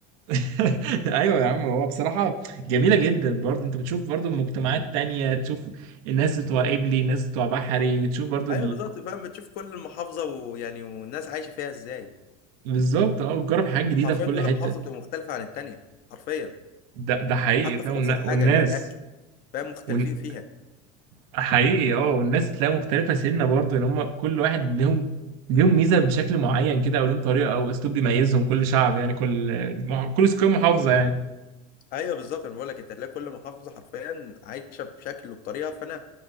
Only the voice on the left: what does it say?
ايوه بالظبط فاهم بتشوف كل محافظه ويعني والناس عايشه فيها ازاي
حرفيا
كل
محافظه بتبقى مختلفه عن التانيه حرفيا
حتى
في
ابسط
حاجه اللي هي الاكل فاهم مختلفين
فيها
ايوه بالظبط انا بقول لك انت هتلاقي كل محافظه حرفيا عايشه بشكل وبطريقه فانا